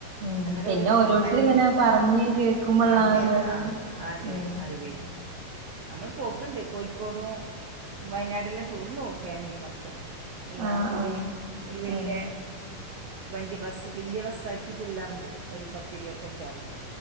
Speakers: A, on the right; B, on the right.
A: ഉം
B: അന്നേരം
A: പിന്നെ
B: ഒരു മ
A: ഓരോരുത്തര്
B: മരം
A: ഇങ്ങനെ പറഞ്ഞ് കേക്കുമ്പോള്ള
B: പറഞ്ഞ്
A: ആ ഒരിതൊക്കെ
B: ആഹ ആദ്യേ
A: ഉം
B: അറിവേന്. അമ്മള് പോക്ക്ണ്ട് കോയിക്കോടും വയനാടെല്ലാം ടൂറിന് പോവും ഫാമിലി മൊത്തം. എല്ലാറും
A: ആഹ്
B: കൂടി
A: ആഹ്
B: ഒരു വല്ല്യേ.
A: ആഹ്
B: വണ്ടി ബസ്സ് വല്ല്യ ബസ്സാക്കിയിട്ടില്ലാറുംബോവും ഒരു പത്തി ഇരുപത്തഞ്ചാള്‌പോവും.